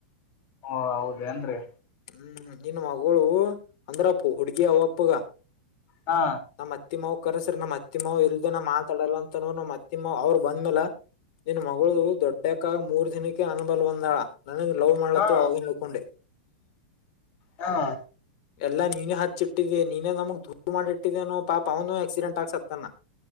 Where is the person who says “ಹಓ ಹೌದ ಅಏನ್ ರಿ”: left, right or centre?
Left